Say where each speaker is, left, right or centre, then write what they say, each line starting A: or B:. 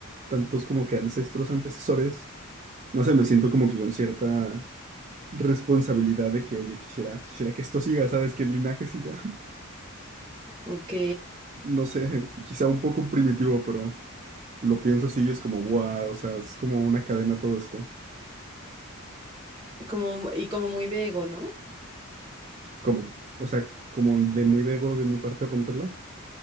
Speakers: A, on the right; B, on the right.
A: tantos como que ancestros, antecesores. No sé, me siento como que con cierta responsabilidad de que, oye, quisiera, quisiera que esto siga, ¿sabes? Que el linaje siga. <laughs>
B: Ok,
A: No sé, quizá un poco primitivo, pero lo pienso así y es como, wow, o sea, es como una cadena todo esto.
B: como, y como muy de ego, ¿no?
A: ¿Cómo? O sea, como de muy debo de mi parte romperla,